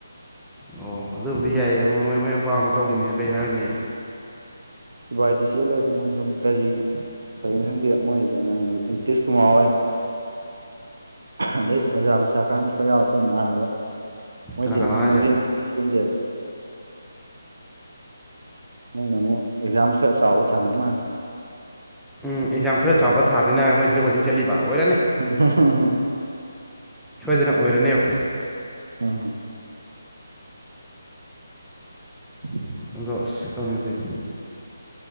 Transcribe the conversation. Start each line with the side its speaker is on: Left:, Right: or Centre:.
Centre: ꯑꯣ ꯑꯗꯨꯕꯨꯗꯤ ꯌꯥꯏꯌꯦ ꯃꯣꯏ ꯃꯣꯏ ꯑꯄꯥꯝꯕ ꯇꯧꯕꯅꯤꯅ ꯀꯩ ꯍꯥꯏꯔꯨꯅꯤ
Right: ꯁꯨꯐꯥꯏꯗꯤ ꯆꯦꯜꯂꯣꯏ ꯃꯣꯏ ꯁꯨꯝ ꯀꯔꯤ ꯀꯩꯗꯔꯤꯅꫭ ꯈꯪꯗꯦ ꯃꯣꯏ ꯅꯤꯇꯤꯁ ꯀꯨꯃꯥꯔ ꯍꯣꯏ ꯑꯗꯩ ꯕꯖꯥꯔ ꯃꯆꯥ ꯀꯥꯡꯒꯨ ꯈꯔ ꯌꯥꯎꯔꯤ ꯑꯩꯈꯣꯏ ꯏꯥꯟꯅꯕ ꯃꯣꯏꯗꯤ
Centre: ꯀꯅꯥ ꯀꯅꯥꯅꯣ
Right: ꯑꯃꯨꯛ
Centre: ꯍꯥꯏꯁꯦ
Right: ꯂꯝꯖꯦꯟ ꯀꯩ ꯀꯩ ꯆꯦꯟꯗꯦ ꯃꯣꯏꯅ ꯑꯃꯨꯛ ꯑꯦꯛꯖꯥꯝ ꯈꯔ ꯆꯥꯎꯕ ꯊꯥꯅꯤꯡ ꯃꯥꯜꯂꯦ
Centre: ꯎꯝ ꯑꯦꯛꯖꯥꯝ ꯈꯔ ꯆꯥꯎꯕ ꯊꯥꯗꯣꯏꯅ ꯍꯥꯏꯔꯒꯥ ꯃꯣꯏꯁꯤꯗ ꯀꯣꯆꯤꯡ ꯆꯠꯂꯤꯕ ꯑꯣꯏꯔꯅꯤ
Right: ꯍꯨꯝꯍꯥꯍꯨꯝ
Centre: ꯁꯣꯏꯗꯅ ꯑꯣꯏꯔꯅꯦꯕ
Right: ꯍ ꯍ <unintelligible>
Centre: ꯑꯗꫭ ꯑꯁ ꯈꯪꯗꯦꯅꯦ ꯇꯧꯔꯤꯁꯦ